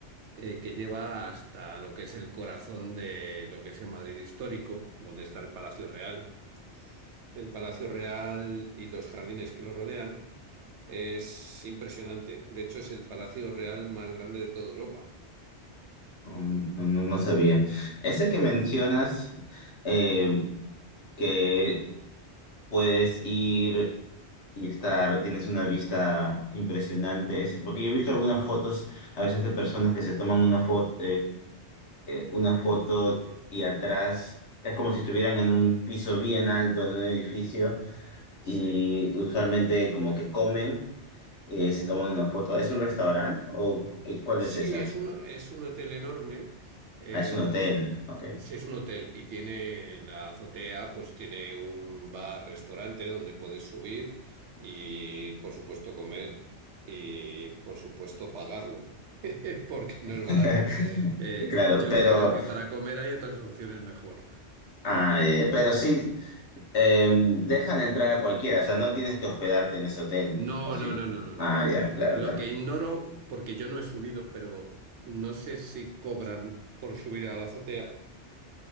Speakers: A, on the right; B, on the left.
A: eh, que lleva hasta lo que es el corazón de lo que es el Madrid histórico, donde está el Palacio Real. El Palacio Real y los jardines que lo rodean es impresionante. De hecho, es el Palacio Real más grande de toda Europa.
B: Um, no, no- no sabía. Ese que mencionas, eh, que puedes ir. y estar, tienes una vista impresionante. Es- porque yo he visto algunas fotos a veces de personas que se toman una foto, una foto y atrás es como si estuvieran en un piso bien alto, en un edificio,
A: Sí.
B: y usualmente como que comen y de ahí se toman una foto. ¿Es un restaurante o qué- cuál
A: Sí,
B: es esa?
A: es un, es un hotel enorme. eh,
B: Ah, es un hotel, ok.
A: sí, es un hotel y tiene la azotea, pues tiene un bar, restaurante donde puedes subir y, por supuesto, comer y, por supuesto, pagarlo, <laughs> porque
B: <laughs>
A: no es barato. Eh,
B: Claro,
A: yo
B: pero,
A: creo que para comer hay otras opciones mejor.
B: ah, ya, ya. Pero sí, Eh, dejan entrar a cualquiera, o sea, no tienes que hospedarte en ese hotel,
A: No,
B: ¿o sí?
A: no, no, no, no, no,
B: Ah,
A: no.
B: ya, claro,
A: Lo
B: claro,
A: que ignoro, porque yo no he subido, pero no sé si cobran por subir a la azotea.